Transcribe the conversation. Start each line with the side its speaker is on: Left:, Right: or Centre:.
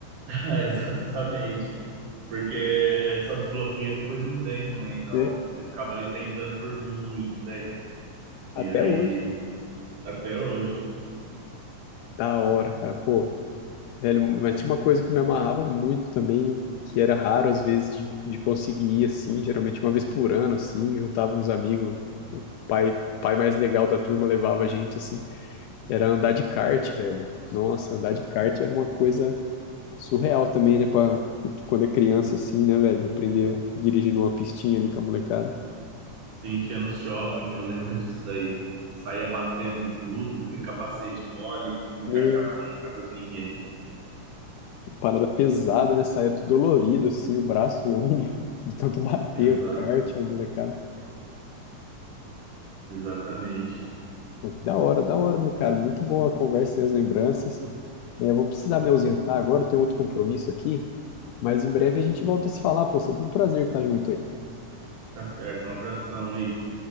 Right: Ah, Exatamente. Porque só desbloqueia depois de um tempo, né? Então,
Left: né?
Right: você ficava ali tentando por muito tempo. E
Left: Até
Right: aí,
Left: hoje.
Right: até hoje.
Left: Da hora, cara. Pô. Velho, mas tinha uma coisa que eu me amarrava muito também, que era raro às vezes de, de conseguir ir assim, geralmente uma vez por ano, assim, juntava uns amigos, o pai, o pai mais legal da turma levava a gente assim, era andar de kart, velho. Nossa, andar de kart era uma coisa surreal também, né, pra, quando é criança assim, né, velho, aprender a dirigir numa pistinha ali com a molecada.
Right: Sim, tinha no shopping, eu lembro <laughs> disso daí. Saía batendo em tudo, com aquele capacete mole que não
Left: Né,
Right: encaixava na cabeça de ninguém.
Left: parada pesada, né, saía tudo dolorido assim, o braço, o ombro, <laughs> de tanto bater
Right: Exato,
Left: o kart, a molecada.
Right: exatamente.
Left: Pô, que Da hora, da hora, meu cara. Muito bom a conversa e as lembranças. É, eu vou precisar me ausentar agora, eu tenho outro compromisso aqui, mas em breve a gente volta a se falar, pô. Sempre um prazer estar junto aí.
Right: Tá certo, um abração aí.